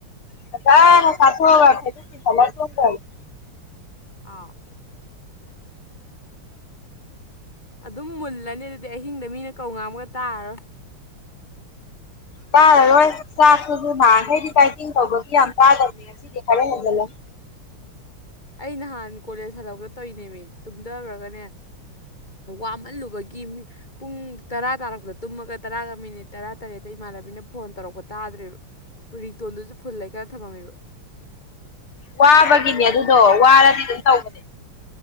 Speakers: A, on the left (about 75°); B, on the left (about 20°).
A: ꯐꯖꯅ ꯆꯥꯊꯣꯛꯑꯒ ꯐꯩꯖꯨꯞ ꯆꯤꯡꯈꯠꯂꯥ ꯇꯨꯝꯒꯔꯒꯦ
B: ꯑꯥꯎ ꯑꯗꯨꯝ ꯃꯨꯜꯂꯅꯤ ꯑꯗꯨꯗꯤ ꯑꯍꯤꯡꯗ ꯃꯤꯅ ꯀꯧ ꯉꯥꯡꯕꯒ ꯇꯥꯔꯣꯏ
A: ꯇꯥꯔꯔꯣꯏ ꯆꯥꯛꯇꯨꯁꯨ ꯅꯍꯥꯟꯈꯩꯗꯤ ꯗꯥꯏꯇꯤꯡ ꯇꯧꯕꯒꯤ ꯌꯥꯝ ꯆꯥꯗꯕꯅꯦ ꯉꯁꯤꯗꯤ ꯈꯔ ꯍꯦꯟꯖꯜꯂꯅꯤ
B: ꯑꯩ ꯅꯍꯥꯟ ꯀꯣꯂꯦꯖ ꯍꯜꯂꯛꯄꯗ ꯇꯧꯔꯤꯅꯦꯃꯤ ꯇꯨꯝꯊꯈꯔꯒꯅꯦ ꯋꯥꯃꯜꯂꯨꯕꯒꯤ ꯃꯤ ꯄꯨꯡ ꯇꯔꯥ ꯇꯥꯔꯛꯄꯇ ꯇꯨꯝꯃꯒ ꯇꯔꯥꯒ ꯃꯤꯅꯤꯠ ꯇꯔꯥ ꯇꯔꯦꯠꯇ ꯏꯃꯥꯟꯅꯕꯤꯅ ꯐꯣꯟ ꯇꯧꯔꯛꯄ ꯇꯥꯗ꯭ꯔꯤꯕ ꯔꯤꯡꯇꯣꯟꯗꯨꯁꯨ ꯐꯨꯜ ꯂꯩꯈꯥꯠ ꯊꯝꯃꯝꯃꯤꯕ
A: ꯋꯥꯕꯒꯤꯅꯦ ꯑꯗꯨꯗꯣ ꯋꯥꯔꯗꯤ ꯑꯗꯨꯝ ꯇꯧꯕꯅꯦ